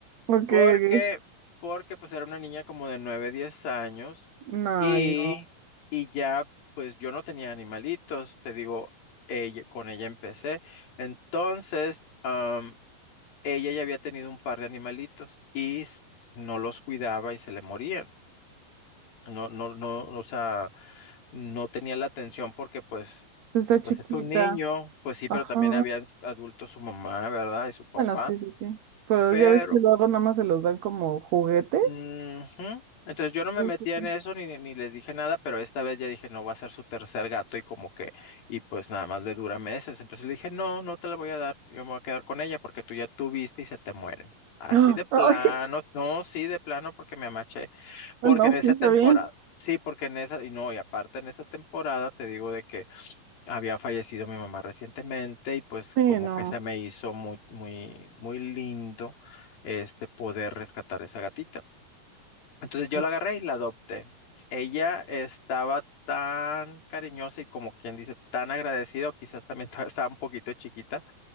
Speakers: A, on the right; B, on the left.
A: Ok,
B: Porque,
A: ok.
B: porque pues era una niña como de 9 10 años
A: No,
B: y,
A: Ay, no.
B: y ya pues yo no tenía animalitos, te digo, ella- con ella empecé. Entonces, am, ella ya había tenido un par de animalitos y s- no los cuidaba y se le morían. No, no, no, o sea, no tenía la atención porque pues,
A: Pues Está
B: pues
A: chiquita.
B: es un niño, pues sí, pero
A: Ajá.
B: también había adultos, su mamá, ¿verdad? Y su papá.
A: Bueno, sí, sí, sí. Pero
B: pero
A: ya ves que luego nada más se los dan como juguete.
B: Ujú. Entonces yo no me
A: Sí,
B: metía
A: sí, sí.
B: en eso ni, ni les dije nada, pero esta vez ya dije, no, va a ser su tercer gato y como que, y pues nada más le dura meses. Entonces le dije, no, no te la voy a dar, yo me voy a quedar con ella porque tú ya tuviste y se te mueren. Así
A: ¡Ah!
B: de plano,
A: Ay,
B: no, sí, de plano porque me amaché, porque
A: no,
B: en esa
A: sí, está
B: temporada,
A: bien.
B: sí, porque en esa, y no, y aparte en esa temporada te digo de que había fallecido mi mamá recientemente y pues
A: Sí,
B: como
A: no.
B: que se me hizo muy, muy, muy lindo este poder rescatar esa gatita. Entonces
A: Sí.
B: yo la agarré y la adopté. Ella estaba tan cariñosa y como quien dice, tan agradecida, o quizás también <laughs> ta- estaba un poquito chiquita.